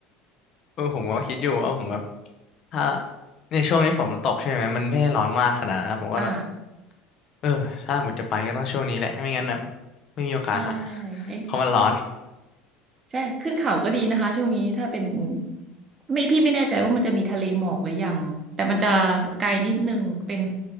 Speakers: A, on the left; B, on the right.
A: เออผมก็คิดอยู่ว่าผมแบบถ้าในช่วงนี้ฝนมันตกใช่ไหมมันไม่ได้ร้อนมากขนาดนั้นนะผมก็แบบ
B: อ่า
A: เออถ้าหมดจะไปก็ต้องช่วงนี้แหละไม่งั้นแบบไม่มีโอกาสละ
B: ใช่เอ้ย
A: เพราะมันร้อน
B: ใช่ขึ้นเขาก็ดีนะคะช่วงนี้ถ้าเป็นไม่พี่ไม่แน่ใจว่ามันจะมีทะเลหมอกหรือยังแต่มันจะไกลนิดนึงเป็น